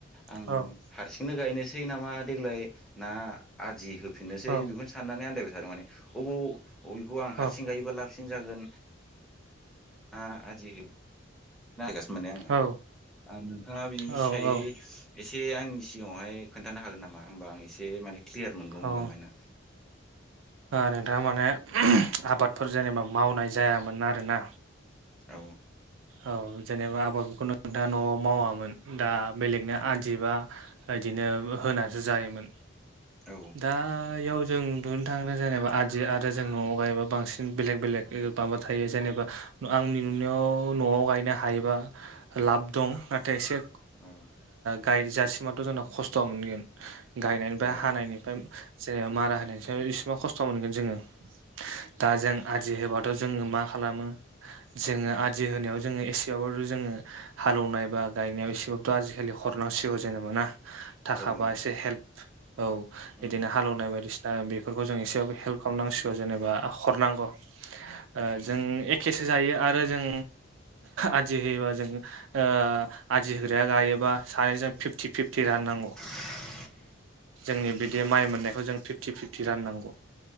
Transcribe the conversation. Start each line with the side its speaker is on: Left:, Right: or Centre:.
Centre: आं
Right: औ
Centre: हारसि बेखौनो गायनोसै नामा देग्लाय ना आदि होफिननोसै
Right: औ
Centre: बेखौनो साननानै आन्दायबाय। थार माने अबाव अबेखौ आं हारसिं
Right: औ
Centre: गायोबा लाबसिन जागोन आ आदि नायगासिनो मोने आङो
Right: औ
Centre: आ नोंथाङा बिनि
Right: औ
Centre: सियायै
Right: औ
Centre: एसे आंनि सिगाङावहाय खोन्थानो हागोन नामा होमबा आं एसे माने क्लियार मोनगौमोन
Right: ओ
Centre: मायना
Right: नोंथाङा माने आबादफोर जेनेबा मावनाय जायामोन आरोना।
Centre: औ।
Right: औ जेनेबा आबादखौ नोंथाङा न'आव मावामोन दा बेलेगनो आदि बा बिदिनो होनासो जायोमोन
Centre: औ
Right: दायाव जों दुनो थांनो जेनेबा आदि आरो जों न'आव गायोबा बांसिन बेलेग बेलेग माबा थायो जेनेबा आंनि नुनायाव न'आव गायनो हायोबा लाब दं नाथाय एसे ओ
Centre: औ
Right: गायजासिमाथ' जोंना खस्थ'आ मोनगोन। गायनायनिफ्राय
Centre: औ
Right: हानायनिफ्राय जेनेबा मारा होनायनिफ्राय इसेबां खस्थ' मोनगोन जोङो दा जों आदि होबाथ' जोङो मा खालामो जोङो आ दि होनायाव जोङो एसेबाब जोङो हालेवनाय बा गायनायाव एसेबाबोथ' आजिखालि हरनांसिगौ जेनेबा ना थाखाबा
Centre: औ नंगौ
Right: एसे हेल्प औ बिदिनो
Centre: उम
Right: हालौनाय बायदिसिना बेफोरखौ जों एसेबाबो हेल्प खालामनांसिगौ जेनेबा हरनांगौ ओ
Centre: उम
Right: जों एखेसो जायो आरो जों आदि होयोबा जों ओ आदि होग्राया गायोबा सानैजों फिफ्टि फिफ थि राननांगौ।
Centre: <inaudible>
Right: जोंनि बिदि माइ मोननायखौ जों फिफ्टि फिफ्टि राननांगौ।